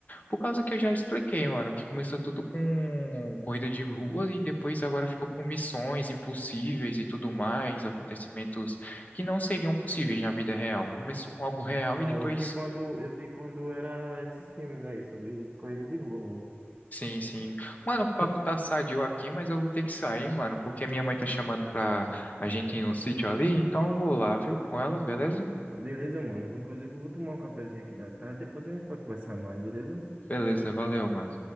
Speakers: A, on the left; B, on the right.
A: Por causa que eu já expliquei, mano, que começou tudo com corrida de rua e depois agora ficou com missões impossíveis e tudo mais, acontecimentos que não seriam possíveis na vida real. Começou com algo real
B: É,
A: e depois
B: eu vi quando, eu vi quando era esses filmes aí, sobre corrida de rua mesmo.
A: Sim, sim. Mano, o papo
B: <laughs>
A: tá sadio aqui, mas eu vou ter que sair, mano, porque minha mãe tá chamando pra a gente ir no sítio ali, então eu vou lá, viu, com ela, beleza?
B: Beleza, mano? Eu vou- Inclusive, eu vou tomar um cafezinho aqui da tarde, depois a gente pode conversar mais, beleza?
A: Beleza, valeu, mano.